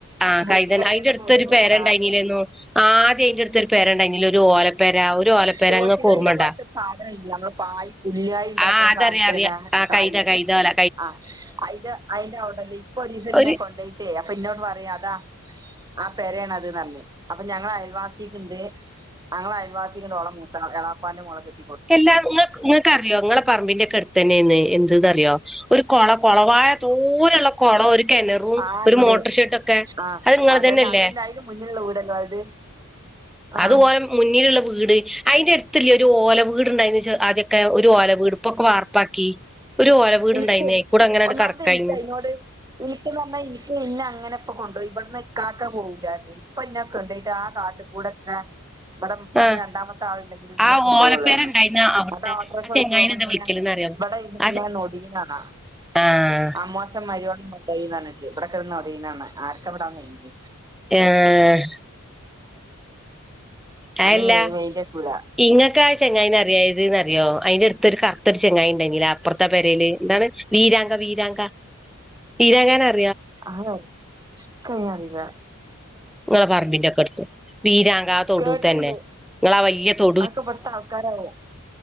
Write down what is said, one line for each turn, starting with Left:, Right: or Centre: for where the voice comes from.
Centre: ആ
Right: ചൂറ്റി
Centre: കൈതൻ
Right: കൈതന്റെ
Centre: അയിന്റെ അടുത്തൊരു
Right: ഒക്കെ
Centre: പെരണ്ടായിലേന്നോ
Right: ഒരു കാല്
Centre: ആദ്യം അയിന്റെ അടുത്തൊരു പെരണ്ടായിന്നിലേ ഒരു ഓലപ്പ ഒര് ഓലപ്പെര
Right: ചോറ്റ്
Centre: ഇങ്ങക്ക്
Right: കൈത
Centre: ഓർമണ്ടോ
Right: പോലത്തെ സാധനം ഇല്ല നമ്മള് പായ് പുല്ലായി ഉണ്ടാക്കുന്ന
Centre: ആ അതറിയ
Right: സാധനത്തിന
Centre: അറിയ ആ
Right: കായ്
Centre: കൈതാ കൈത ഓല
Right: ആ അയിന്റെ അയിന്റെ അവിടല്ലേ ഇപ്പൊരീസം ന്നെ
Centre: ഒരു
Right: കൊണ്ടോയിട്ടേയ് അപ്പൊ ഇന്നോട് പറയാ അതാ ആ പെരയാണ് അത് ന്നറഞ്ഞ് അപ്പൊ ഞങ്ങളെ അയൽവാസിക്ക്ണ്ട് ഞങ്ങളെ അൽവാസികളോളെ മൂത്ത എളാപ്പാന്റെ മോളെ കെട്ടി
Centre: ക്കെല്ലാം ങ്ങക്ക് ങ്ങക്ക്റിയോ ങ്ങളെ പറമ്പിന്റെ ഒക്കെ അടുത്തന്നെന്നുവെയ് എന്ത്‌ന്നറിയോ ഒരു കൊള കോളവായ തോനെള്ള കൊളം ഒരു കെണറും
Right: ആ
Centre: ഒരു
Right: ഇണ്ട്
Centre: മോട്ടർ ഷെഡ്ടൊക്കെ
Right: ആ
Centre: അത് ങ്ങളെതന്നെല്ലേ?
Right: അതന്നെ അതന്നെ <unintelligible> ആ
Centre: അതുപോലെ മുന്നിലുള്ള വീട് അയിന്റെ അടുത് ത്തില്ലൊരു ഓല വീട്ണ്ടായിന്ന് വെച്ച് ആദ്യോക്കെ ഒരു ഓല വീട് പ്പൊക്കെ വാർപ്പാക്കി. ഒരു ഓല വീടുണ്ടായിന്ന്
Right: എനിക്കെയ്
Centre: അയിക്കൂടെ അങ്ങനാണ്ട്
Right: ഒന്നാമത്
Centre: കടക്കായിന്ന്
Right: എനിക്ക് അയിനോട് എനിക്ക്ന്നറഞ്ഞ എനിക്ക് ഇന്നെ അങ്ങനെ ഇപ്പൊ കൊണ്ടോയി. ഇവിടന്ന് ഇക്കാക്ക പോവൂല്ലാരുന്നു. ഇപ്പൊ ഇന്നൊക്കെ കൊണ്ടോയിട്ട് ആ കാട്ടിൽ കൂടെഓക്കെ ബടെ പ്പാന്റെ
Centre: ആഹ്
Right: രണ്ടാമത്തെ ആളുണ്ടെങ്കിലും ഇഞ്ഞെ
Centre: ആ
Right: കൊണ്ടോകൊള്ളായിരുന്നു.
Centre: ഓലപ്പേരണ്ടായിന്ന അവിടുത്തെ
Right: അത ആട്രോഷ
Centre: ആ
Right: വിളിച്ചു
Centre: ചെങ്ങായിനെ
Right: പോമ്പോ
Centre: എന്താ
Right: ഇങ്ങനെ
Centre: വിളിക്കല്ന്നറിയോ
Right: ഇവിടെ ഇിരിന്ന്ട്ട്ങ്ങെനെ
Centre: ആ ചെ
Right: നൊടീണാണ
Centre: ആഹ്
Right: അമ്മോശം മരോളീം കൊണ്ടോയിന്നറഞ്ഞിട്ട് ഇവിടെ കിടന്ന് ഒടിണാണ ആർക്കെവിടെ മൈൻഡ്.
Centre: ഏഹ്
Right: ആരും
Centre: അയല്ല
Right: മ മെയിൻന്റെകൂല.
Centre: ഇങ്ങക്ക് ആ ചങ്ങായിന്നെറിയോ ഏത് ന്നറിയോ അയിന്റെടുത്തൊരു കറുത്തരു ചങ്ങായിണ്ടായിനിലെ അപ്പറത്തെ പെരേല്. എന്താണ് വീരാങ്ക വീരാങ്ക വീരാങ്കനെ അറി
Right: ആരാവോ ഇക്കെങ്ങനെ അറീണ്.
Centre: നിങ്ങളെ പറമ്പിന്റെക്കെ അടുത്തു വീരാങ്ക ആ തൊടു
Right: കേട്ടിട്ടുണ്ട്
Centre: തന്നെ നിങ്ങളെ വലിയ തൊ
Right: അതൊക്കെ പിട്തെ ആൾക്കാരാവോ?